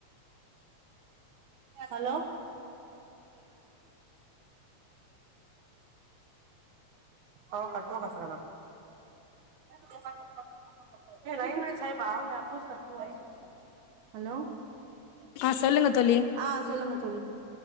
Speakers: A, on the right; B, on the left.
A: ஹலோ
B: <inaudible>
A: ஆ கட்டோ கசறலனா <unintelligible> ஹலோ
B: ஆ சொல்லுங்க தோழி
A: ஆ சொல்லுங்க தோழி